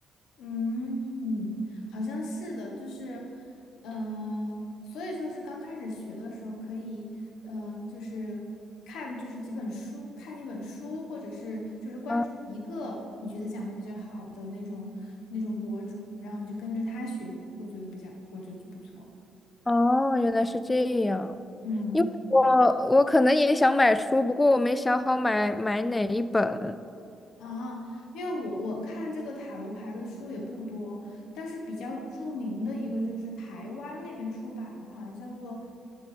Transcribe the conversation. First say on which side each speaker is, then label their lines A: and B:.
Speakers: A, on the left; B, on the left.
A: 嗯，好像是的，就是嗯、呃所以就是刚开始学的时候可以嗯、呃就是看就是几本书，看一本书，或者是就是关注一个你觉得讲的比较好的那种那种博主，
B: 嗯
A: 然后你就跟着他学，我觉得比较我觉得就不错，
B: 哦，原来是这样。
A: 嗯。
B: 因为我我可能也想买书，不过我没想好买买哪一本。
A: 啊，因为我我看这个塔罗牌的书也不多，但是比较著名的一个就是台湾那边出版的，好像叫做